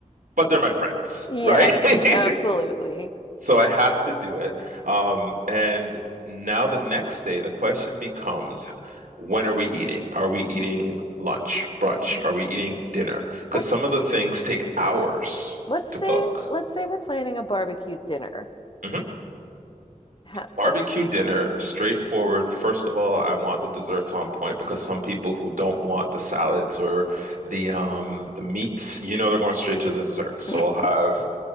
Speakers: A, on the right; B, on the left.
A: but they're my friends,
B: Yeah,
A: right? <laughs>
B: absolutely.
A: So I have to do it. Um, and now the next day, the question becomes, when are we eating? Are we eating lunch, brunch?
B: hmm
A: Are we eating dinner? Because
B: Let's
A: some of the things take hours
B: let's say
A: to cook.
B: let's say we're planning a barbecue dinner.
A: hmm
B: Ha-
A: Barbecue
B: like,
A: dinner, straightforward. First of all, I want the desserts on point because some people who don't want the salads or the um the meats, you know, they're going straight to the desserts. So
B: <laughs>
A: I'll have